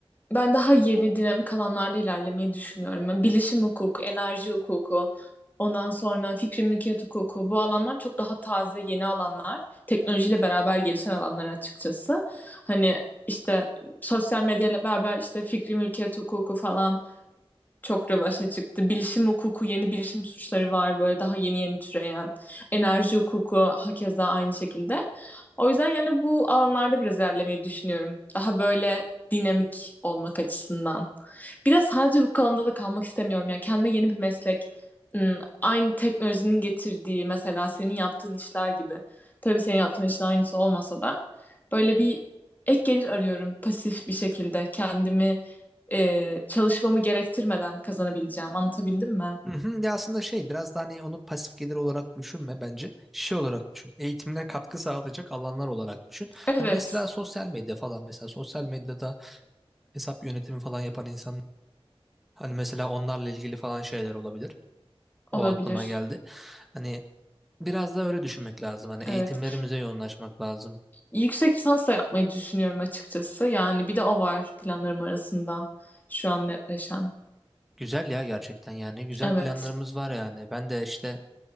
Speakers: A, on the left; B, in the centre.
A: Ben daha yeni dinamik alanlarda ilerlemeyi düşünüyorum. Yani bilişim hukuku, enerji hukuku, ondan sonra fikri mülkiyet hukuku. Bu alanlar çok daha taze, yeni alanlar. Teknolojiyle beraber gelişen alanlar açıkçası. Hani işte sosyal medyayla beraber işte fikri mülkiyet hukuku falan çok revaşa çıktı. Bilişim hukuku, yeni bilişim suçları var böyle daha yeni yeni türeyen. Enerji hukuku hakeza aynı şekilde. O yüzden yani bu alanlarda biraz ilerlemeyi düşünüyorum. Daha böyle dinamik olmak açısından. Bir de sadece hukuk alanında da kalmak istemiyorum ya. Kendime yeni bir meslek, ım, aynı teknolojinin getirdiği mesela senin yaptığın işler gibi. Tabii senin yaptığın işin aynısı olmasa da böyle bir ek gelir arıyorum pasif bir şekilde kendimi e, çalışmamı gerektirmeden kazanabileceğim. Anlatabildim mi?
B: Hı hı. Ya aslında şey biraz da hani onu pasif gelir olarak düşünme bence. Şey olarak düşün. Eğitimine katkı sağlayacak alanlar olarak düşün. Hani
A: Evet,
B: mesela sosyal medya falan mesela sosyal medyada hesap yönetimi falan yapan insan hani mesela onlarla ilgili falan şeyler olabilir.
A: olabilir.
B: O aklıma geldi. Hani biraz da öyle düşünmek lazım. Hani eğitimlerimize
A: Evet.
B: yoğunlaşmak lazım.
A: Yüksek lisans da yapmayı düşünüyorum açıkçası. Yani bir de o var planlarım arasında şu an netleşen.
B: Güzel ya gerçekten yani güzel
A: Evet.
B: planlarımız var yani. Ben de işte